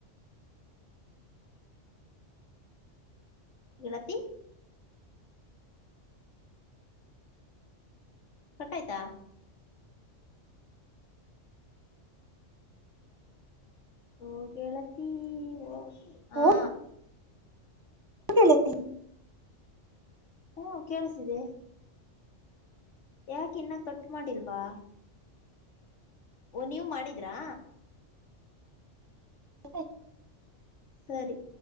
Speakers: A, on the left (about 70°); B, on the right (about 20°).
A: ಗೆಳತಿ. ಕಟ್ಟಾಯ್ತಾ. ಓ ಗೆಳತಿ ಓ ಹಾ.
B: ಹೋ ಗೆಳತಿ
A: ಹ್ಮ ಕೇಳಿಸ್ತಿದೆ. ಯಾಕ ಇನ್ನ ಕಟ್ ಮಾಡಿಲ್ವಾ. ಓ ನೀವು ಮಾಡಿದ್ರಾ.
B: <inaudible>
A: ಸರಿ.